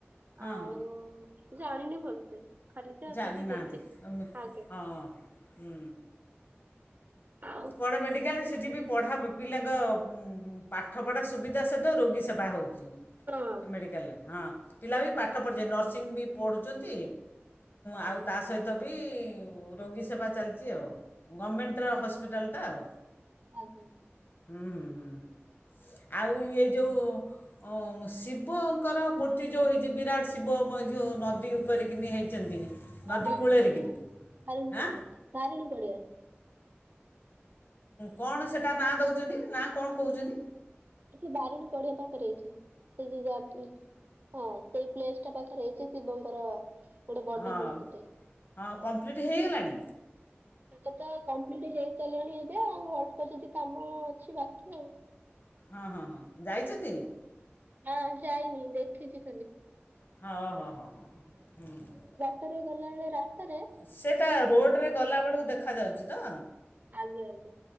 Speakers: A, on the left; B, on the right.
A: ହଁ
B: ଆଉ
A: ହଁ
B: ଜାଣିନି ଭଲସେ ଖାଲିଛି ଆଉ
A: ଜାଣିନାହାନ୍ତି
B: ସେଇଠି ଦେଖିଛି
A: ଆମେ
B: ଆଜ୍ଞା
A: ହଁ ହୁଁ
B: ଆଉ
A: ବଡ଼ ମେଡ଼ିକାଲରେ ସେଠି ବି ପଢ଼ା ପିଲାଙ୍କ ପାଠପଢ଼ା ସୁବିଧା ସହିତ ରୋଗୀ ସେବା ହେଉଛି।
B: ହଁ
A: ସେ ମେଡ଼ିକାଲରେ ହଁ ପିଲା ବି ପାଠ ପଢ଼ୁଛନ୍ତି ନର୍ସିଂ ବି ପଢ଼ୁଛନ୍ତି
B: ଆଜ୍ଞା।
A: ଆଉ ତା ସହିତ ବି ରୋଗୀ ସେବା ଚାଲିଛି ଆଉ ଗଭର୍ଣ୍ଣମେଣ୍ଟର ହସ୍ ହସ୍ପିଟାଲଟା ଆଉ
B: ଆଜ୍ଞ
A: ହୁଁ ହୁଁ ହୁଁ ଆଉ ଇଏ ଯୋଉଁ ଶିବଙ୍କର ମୂର୍ତ୍ତି ଯେଉଁ ହେଇଛି ବିରାଟ ଶିବ ମଧ୍ୟ ଯେଉଁ ନଦୀ ଉପରେକିନି ହେଇଛନ୍ତି।
B: ହଁ
A: ନଦୀ
B: ବାରିଣୀ
A: କୂଳରିକିନି
B: ପଡିଆ ବାରିଣୀ
A: ହାଁ
B: ପଡିଆ ବାରିଣୀ ପଡିଆ
A: କଣ ସେଇଟା ନାଁ ଦେଉଛନ୍ତି ନାଁ କଣ କହୁଛନ୍ତି
B: ଏଯେଉଁ ବାରିଣୀ ପଡିଆ ପାଖରେ ହେଇଛି ସେ ଯ ଯ ହଁ ସେଇ ପ୍ଲେସ୍ ଟା ପାଖରେ ହେଇଛି ଶିବଙ୍କର ଗୋଟେ ବଡ
A: ହଁ
B: ମୂର୍ତ୍ତିଟେ।
A: ହଁ କମ୍ପ୍ଲିଟ୍ ହେଇଗଲାଣି।
B: ସେଟା ତ କମ୍ପ୍ଲିଟ୍ ହେଇସାରିଲାଣି ଏବେ ଆଉ ଅଳ୍ପ ଯଦି କାମ ଅଛି ବାକି ଆଉ।
A: ହଁ ହଁ ହଁ ଯାଇଚନ୍ତି?
B: ନା ଯାଇନି ଦେଖିଚି ଖାଲି।
A: ହ ହ ହଁ ହଁ ହଁ ହଁ ହୁଁ।
B: ଥରେ ଗଲାବେଳେ ରାସ୍ତାରେ
A: ସେତା ରୋଡ଼ରେ ଗଲାବେଳୁ ଦେଖାଯାଉଚି ତ।
B: ଆଜ୍ଞା ଆଜ୍ଞା।